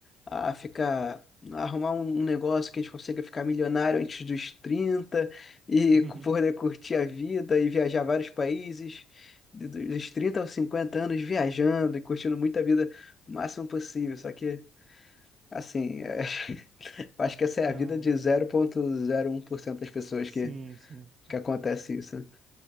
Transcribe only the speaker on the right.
<laughs>
Não
é?
Sim,
sim.